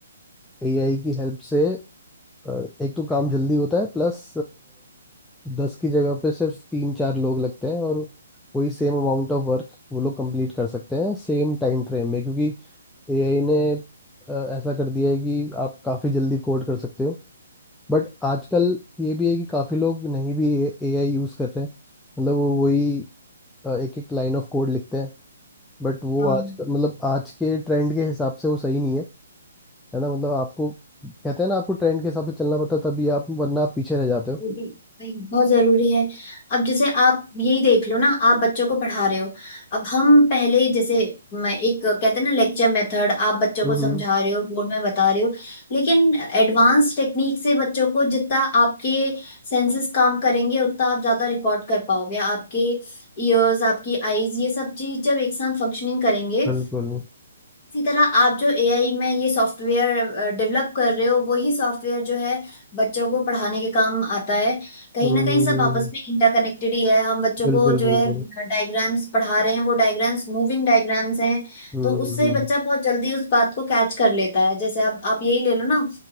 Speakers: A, in the centre; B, on the left (about 35°).
A: एआई की हेल्प से अ, एक तो काम जल्दी होता है प्लस दस की जगह पे सिर्फ तीन चार लोग लगते हैं और वही सेम अमाउंट ऑफ वर्क वो लोग कंप्लीट कर सकते हैं सेम टाइम फ्रेम में क्योंकि एआई ने अ, ऐसा कर दिया है कि आप काफ़ी जल्दी कोड कर सकते हो बट आजकल ये भी है कि काफ़ी लोग नहीं भी एआई यूज़ कर रहे हैं मतलब वो वही एक एक लाइन ऑफ कोड लिखते हैं बट वो
B: हाँ
A: आज का मतलब आज के ट्रेंड के हिसाब से वो सही नहीं है है ना मतलब आपको कहते हैं ना आपको ट्रेंड के हिसाब से चलना पड़ता है तभी आप वरना आप पीछे रह जाते हो
B: वो भी भाई बहुत जरूरी है अब जैसे आप यही देख लो ना आप बच्चों को पढ़ा रहे हो अब हम पहले जैसे मैं एक कहते हैं ना लेक्चर मेथड आप बच्चों
A: हम्म
B: को समझा रहे हो बोर्ड में बता रहे हो लेकिन एडवांस टेक्निक से बच्चों को जितना आपके सेंसेस काम करेंगे उतना आप ज्यादा रिकॉर्ड कर पाओगे आपके ईयर्स आपकी आईज ये सब चीज जब एक साथ फंक्शनिंग करेंगे
A: बिल्कुल
B: इसी तरह आप जो एआई में ये सॉफ्टवेयर डेवलप कर रहे हो वही सॉफ्टवेयर जो है बच्चों को पढ़ाने के काम आता है कहीं
A: हम्म
B: ना कहीं सब
A: हम्म,
B: आपस में इंटरकनेक्टेड ही है हम बच्चों
A: बिल्कुल
B: को जो
A: बिल्कुल
B: है डायग्राम्स पढ़ा रहे हैं वो डायग्राम्स मूविंग डायग्राम्स हैं
A: हम्म
B: तो उससे
A: हम्म
B: बच्चा बहुत जल्दी उस बात को कैच कर लेता है जैसे अब आप यही ले लो ना